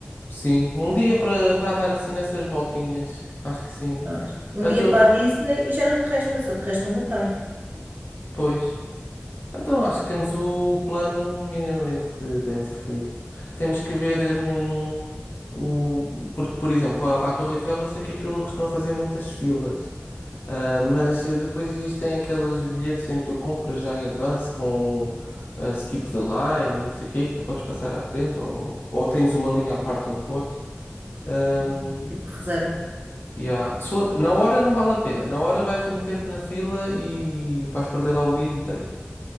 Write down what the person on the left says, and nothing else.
Sim, um dia para para andar assim nessas voltinhas. Acho que sim.
Então,
pois. Então acho que temos o plano minimamente bem definido. Temos que ver hum, o. Porque, por exemplo, para para a Torre Eiffel eu sei que aquilo costuma fazer muitas filas. Ah, mas depois existem aqueles bilhetes em que tu compras já em advance com ah, skip the line e não sei o quê, que tu podes passar à frente ou, ou tens uma linha à parte onde podes. Hum,
Ya. Se for- Na hora não vale a pena. Na hora vais meter-te na fila e vais perder lá um dia inteiro.